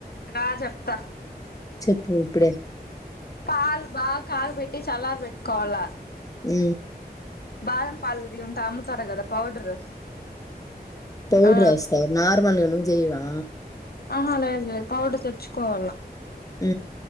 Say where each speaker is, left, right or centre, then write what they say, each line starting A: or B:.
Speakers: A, on the left; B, on the left.
A: రాజప్త
B: చెప్పు ఇప్పుడే
A: పల్ బ కాల బెటిే చలార్ పెట్టుకోవాల
B: అ
A: బాదం పళది ఉంటే అమ్ముతారా కదా పౌడరు
B: పౌడర్స్తా
A: ఆ
B: నా ప మండ జయవా
A: ఆహా లేదు లేదు పౌడర్ తెచ్చుకోవాలం
B: అ